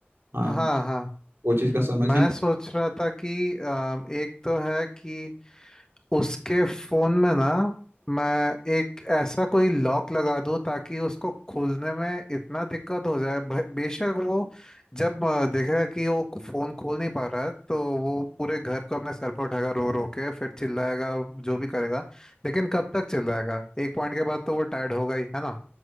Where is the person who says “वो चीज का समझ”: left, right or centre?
Right